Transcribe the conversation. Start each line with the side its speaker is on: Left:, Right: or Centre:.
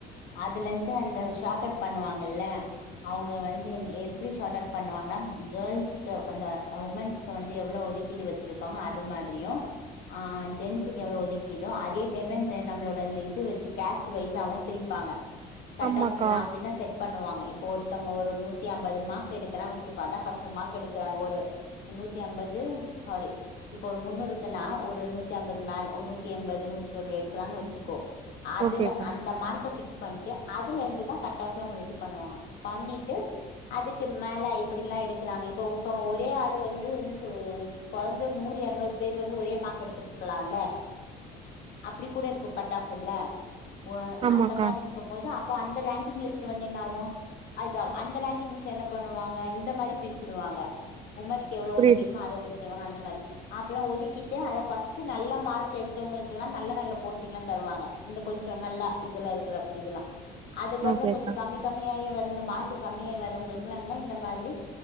Left: அதுல இருந்து அந்த ஷார்ட் அவுட் பண்ணுவாங்கல்ல அவங்க வந்து எப்டி ஷார்ட் அவுட் பண்ணுவாங்கன்னா கேர்ள்சுக்கு அந்த உமென்ஸ்கு வந்து எவ்வளவு ஒதுக்கீடு வச்சிருக்காங்க அது மாதிரியும் ஆஹ் ஜென்ஸ்க்கு எவ்வளவு ஒதுக் இதோ அதே டைம்ல இந்த நம்மளோட அந்த இது வச்சு கேஸ்ட் வைசாவும் பிரிப்பாங்க கட்
Right: ஆமாக்கா
Left: ஆஃப் எல்லாம் அப்படிதான் செட் பண்ணுவாங்க இங்ப ஒருத்தவங்க நூத்தி அன்பாது மார்க் எடுக்குறாங்கன்னா வச்சுக்கோ அதான் ஃபர்ஸ்ட் மார்க் எடுக்குறாங்க நூத்திஅன்பது சாரி முன்னுருக்கு நூத்தா அன்பது நூத்தி எண்பது நூத்தி தொண்ணூறு எடுக்குறாங்க வச்சுக்கோ அதுல
Right: ஓகேக்கா
Left: அந்த மார்க்க ஃபிக்ஸ் பண்ணிட்டு அதுல இருந்துதான் கட்ட ஆஃப் அவங்க ரெடி பண்ணுவாங்க பண்ணிட்டு அதுக்கு மேல இப்டி எல்லாம் எடுக்கிறாங்க இப்ப இப்போ ஒரே ஆள் வந்துன்ன சொ குறைஞ்சோ நூறு இருநூறு பேர் வந்து ஒரே மார்க்கு எடுத்துருக்கலாம்ல அப்டி கூட இருக்கும் கட் ஆஃப் இல்ல அப்போ
Right: ஆமாக்கா
Left: அந்த மாரி இருக்கும்போது அப்போ அந்த ரங்கிங் லிஸ்ட் ட்டு வந்து என்ன ஆகும் அதுதான் ஆகும் அந்த ரங்கிங் என்ன பண்ணுவாங்க இந்த மாதிரி பிரிச்சிருவாங்க உமனுக்கு எவ்ளோ
Right: புரியுது
Left: ஒதுக்குமோ அதோ ஒதுக்கிறவங்க அந்தமாரி அப்பள ஒதுக்கிட்டு அதா பர்ஸ்ட் நல்ல மார்க் எடு த்தவங்களுக்குல்லா நல்ல நல்ல போஸ்டிங் எல்லா தருவாங்க இந்த கொஞ்ச நல்ல இதுல இருக்கிற இதுல்லா அதுக்கப்பறம்
Right: ஓகேக்கா
Left: கொஞ்ச கம்மி கம்மியாயி வந்த மார்க் மார்க் கம்மிய் வரவங்களுக்குல்லா இந்த மாரி